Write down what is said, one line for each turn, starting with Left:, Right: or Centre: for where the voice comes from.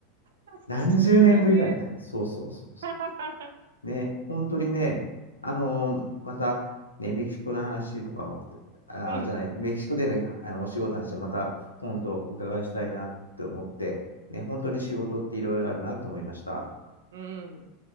Right: 懐かしいですよね。
Left: 何十年ぶりだみたいな。そうそうそうそ
Right: <laughs>
Left: う。ね、本当にね、あのまた、ね、メキシコの話とかも、あー、
Right: うん。
Left: じゃない、メキシコでの、あのお仕事の話をまた今度お伺いしたいなって思って、ね、本当に仕事っていろいろあるなと思いました。
Right: うん。